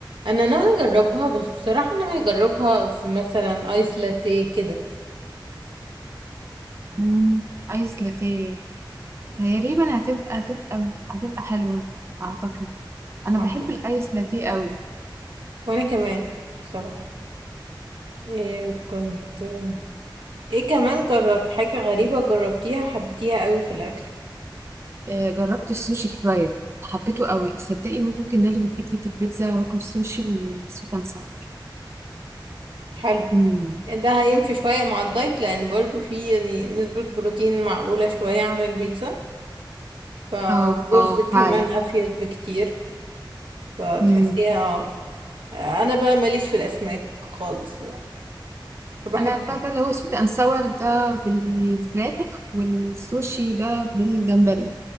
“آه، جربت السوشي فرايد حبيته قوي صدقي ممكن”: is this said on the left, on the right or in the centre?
Right